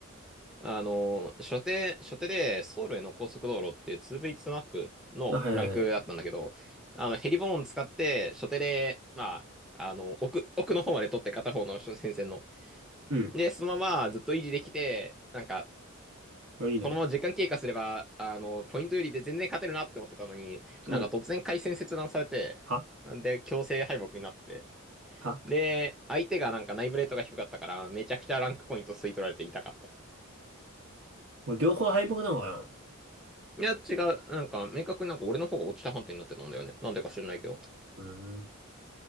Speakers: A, in the centre; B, on the right.
A: あの、初手、初手で、ソウルへの高速道路っていう 2V2 マップのランクだったんだけど、
B: あ、はいはいはい。
A: あの、ヘリボーン使って、初手で、まあ、あの、奥、奥の方まで取って片方の戦線の。
B: うん。
A: で、そのままずっと維持できて、なんか、
B: あいいね。
A: このまま時間経過すれば、あの、ポイントよりで全然勝てるなって思ってたのに、
B: うん。
A: なんか突然回線切断されて、
B: は
A: で、強制敗北になって。
B: は
A: で、相手がなんかナイブレートが低かったから、めちゃくちゃランクポイント吸い取られて痛かった。
B: これ両方敗北なのかな
A: いや、違う。なんか、明確になんか俺の方が落ちた判定になってたんだよね。なんでか知らないけど。
B: うーん。